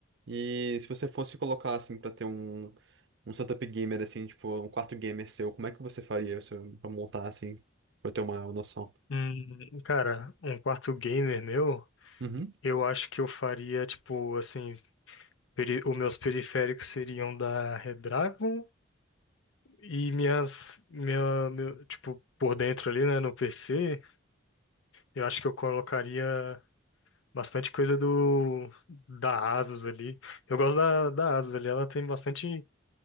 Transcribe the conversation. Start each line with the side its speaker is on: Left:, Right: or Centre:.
Right: E se você fosse colocar, assim, pra ter um, um setup gamer, assim, tipo, um quarto gamer seu, como é que você faria seu, pra montar, assim, pra eu ter uma noção?
Left: Hum, cara, um quarto gamer meu.
Right: Uhum.
Left: Eu acho que eu faria, tipo, assim, peri- os meus periféricos seriam da Redragon e minhas, minha, meu, tipo, por dentro ali, né, no PC, eu acho que eu colocaria bastante coisa do da Asus ali. Eu gosto da, da Asus ali, ela tem bastante